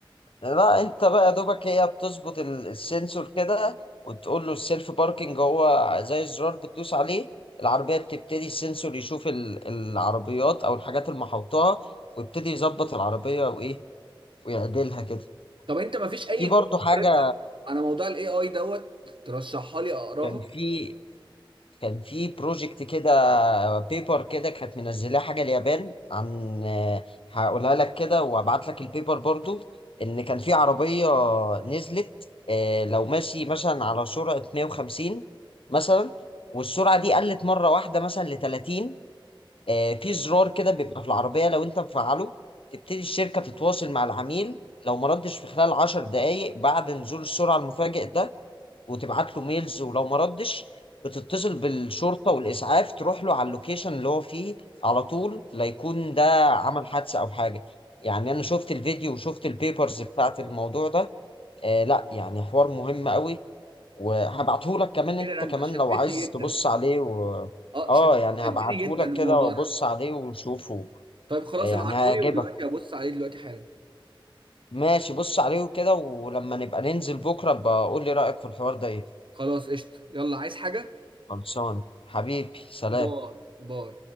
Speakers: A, on the left; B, on the right.
A: لا انت بقى يا دوبك هي بتظبط ال- السنسور كده وتقول له السيلف باركينج هو زي الزرار بتدوس عليه العربية بتبتدي السنسور يشوف ال- العربيات او الحاجات اللي محوطاها ويبتدي يظبط العربية وايه ويعدلها كده
B: طب انت ما فيش اي
A: في برضو
B: كتب
A: حاجة
B: قريتها على موضوع الاي اي دوت ترشحها لي اقراها
A: كان في كان في بروجكت كده بيبر كده كانت منزلاه حاجه اليابان عن هقولها لك كده وابعت لك البيبر برضو ان كان في عربيه نزلت آه، لو ماشي مثلا على سرعه 150 مثلا والسرعه دي قلت مره واحده مثلا ل 30 آه، في زرار كده بيبقى في العربيه لو انت مفعله تبتدي الشركه تتواصل مع العميل لو ما ردش في خلال 10 دقائق بعد نزول السرعه المفاجئ ده، وتبعت له ميلز ولو ما ردش بتتصل بالشرطة والإسعاف تروح له على اللوكيشن اللي هو فيه على طول لا يكون ده عمل حادثة أو حاجة يعني أنا شفت الفيديو وشفت البيبرز بتاعت الموضوع ده آه لا يعني حوار مهم قوي وهبعته لك كمان أنت
B: ايه ده انت
A: كمان
B: شدتني
A: لو عايز
B: جدا
A: تبص عليه و...
B: اه
A: آه
B: شد-
A: يعني
B: شدني
A: هبعته
B: جدا
A: لك
B: الموضوع
A: كده وبص
B: ده
A: عليه وشوفه
B: طيب خلاص
A: آه، يعني
B: ابعتهولي
A: هيعجبك
B: ودلوقتي ابص عليه دلوقتي حالا
A: ماشي بص عليه كده ولما نبقى ننزل بكرة بقول لي رأيك في الحوار ده إيه
B: خلاص قشطه يلا عايز حاجه
A: خلصان حبيبي سلام
B: باي باي